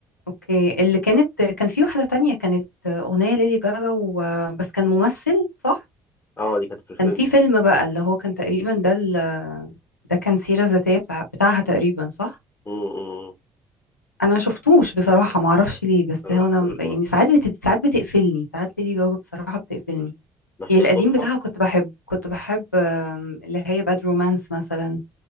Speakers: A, on the left; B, on the left.
A: اوكي اللي كانت كان في واحدة تانية كانت أغنية ليدي جاجا و... بس كان ممثل صح
B: اه دي كانت في الفيلم
A: كان في فيلم بقى اللي هو كان تقريبا ده ال... ده كان سيرة ذاتية بتاع... بتاعها تقريبا صح
B: م- م- م.
A: انا ما شفتوش بصراحة ما اعرفش ليه بس
B: انا
A: هو
B: مشفتوش
A: انا يعني
B: برضه
A: ساعات بت... ساعات بتقفلني ساعات ليدي جاجا بصراحة بتقفلني
B: بس
A: يعني
B: هي
A: القديم
B: صوتها
A: بتاعها كنت بحب كنت بحب آم، اللي هي باد رومانس مثلا